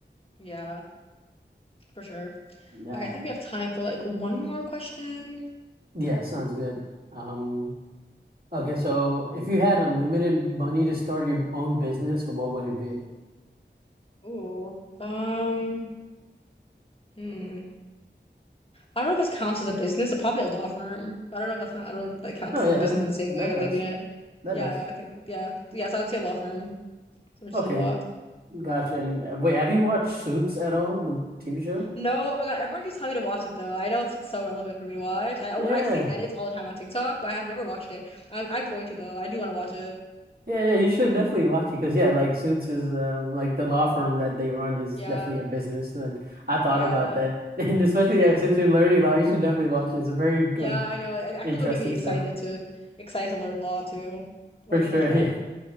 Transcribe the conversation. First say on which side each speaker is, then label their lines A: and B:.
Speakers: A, on the left; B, on the right.
A: Yeah, for sure.
B: That
A: Okay, I think we have time for like one more question.
B: Yeah, sounds good. Um, Okay, so if you had unlimited money to start your own business, what would it be?
A: Ooh, um. Hmm. I don't know if this counts as a business. It's probably a law firm. But I don't know if that's how, I don't know if that counts
B: Oh yeah,
A: as a business
B: that
A: in the same
B: that
A: way that
B: does.
A: they mean it.
B: That
A: Yeah,
B: does.
A: yeah, I think yeah. Yes, I would say law firm. Richardson
B: Okay,
A: Law.
B: gotcha. And uh, wait, have you watched Suits at all, the TV show?
A: No, oh my God, everyone keeps telling me to watch it though. I know it's like so relevant for me to watch. I oh,
B: Yeah.
A: I see edits all the time on TikTok, but I have never watched it. I'm I'm going to though. I do want to watch it.
B: Yeah, yeah, you should definitely watch it because yeah, like Suits is um, like the law firm that they run is
A: Yeah,
B: definitely a business, and I thought
A: yeah,
B: about that. <laughs> And especially yeah, since you're learning law, you should definitely watch it. It's a very
A: yeah.
B: like
A: I know. I, I feel
B: interesting
A: like it would make me excited
B: show.
A: to excited to learn law too. Watching
B: For sure.
A: that show.
B: <laughs> Yeah.